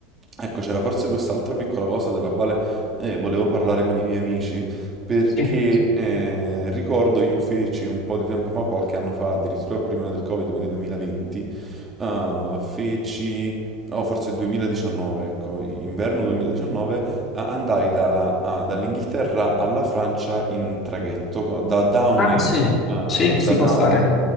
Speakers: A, on the right (about 25°); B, on the left (about 30°).
A: ecco, c'era forse quest'altra piccola cosa della quale eh, volevo parlare con i miei amici. perché
B: Sì.
A: eh, ricordo io feci un po' di tempo fa, qualche anno fa, addirittura prima del Covid, quindi 2020, eh, feci, o forse 2019, ecco, i- inverno 2019, eh, andai da- ah, dall'Inghilterra alla Francia in traghetto, co- da Downey,
B: Ah sì,
A: eh,
B: sì, si
A: da
B: può
A: Downey,
B: fare.